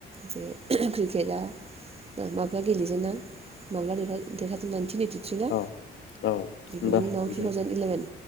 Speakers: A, on the right; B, on the left.
A: जे क्रिकेटआ माब्ला गेलेेजेना माब्ला देरहाजोबनानै <unintelligible> थ्रि ना
B: औ औ होनबा
A: बेनि उनाव टु थावजेन इलेभेन